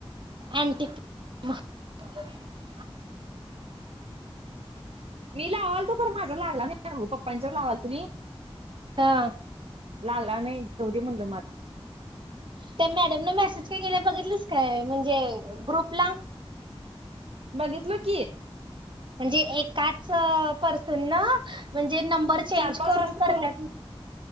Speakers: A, on the right; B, on the right.
A: अंट <unintelligible>
B: मी लावाल तू प माझा लागला नाहीग पप्पांच्यावर लावाल तुम्ही
A: हा
B: लागला नाही जाऊ दे म्हणलं मग आता
A: त्या मॅडम न मेसेज काय केल्या बघितलीस काय म्हणजे ग्रुपला
B: बघितलं की
A: म्हणजे एकाच पर्सन न नंबर चेंज
B: चार पाच
A: करून
B: वाजत
A: करतात
B: करू